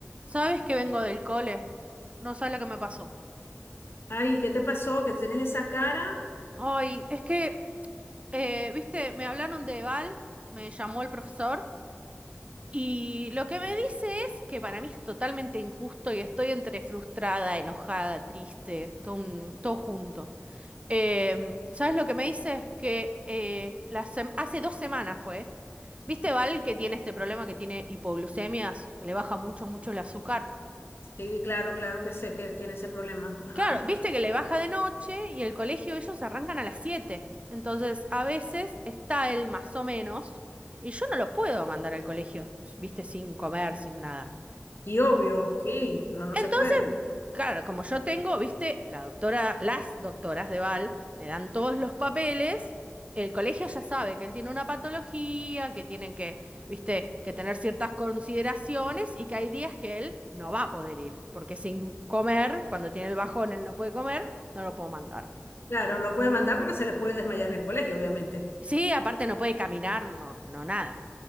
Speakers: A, on the right (about 30°); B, on the left (about 60°).
A: ¿Sabes que vengo del cole? No sabes lo que me pasó.
B: Ay, ¿qué te pasó? ¿Que tienes esa cara?
A: Ay, es que, eh, viste, me hablaron de Val, me llamó el profesor, y lo que me dice es que para mí es totalmente injusto y estoy entre frustrada, enojada, triste, todo, un- todo junto. Eh, ¿sabes lo que me dice? Que eh, la sem- hace dos semanas fue. ¿Viste Val que tiene este problema que tiene hipoglucemias, que le baja mucho, mucho el azúcar?
B: Sí, claro, claro que sé que tiene ese problema. Ajá.
A: Claro, viste que le baja de noche y el colegio ellos arrancan a las 7. Entonces, a veces está él más o menos y yo no lo puedo mandar al colegio, viste, sin comer, sin nada.
B: Y obvio, sí, no, no
A: Entonces,
B: se puede.
A: claro, como yo tengo, viste, la doctora, las doctoras de Val me dan todos los papeles, el colegio ya sabe que él tiene una patología, que tienen que, viste, que tener ciertas consideraciones y que hay días que él no va a poder ir, porque sin comer, cuando tiene el bajón, él no puede comer, no lo puedo mandar.
B: Claro, no lo puede mandar porque se les puede desmayar en el colegio, obviamente.
A: Sí, aparte no puede caminar, no, no nada.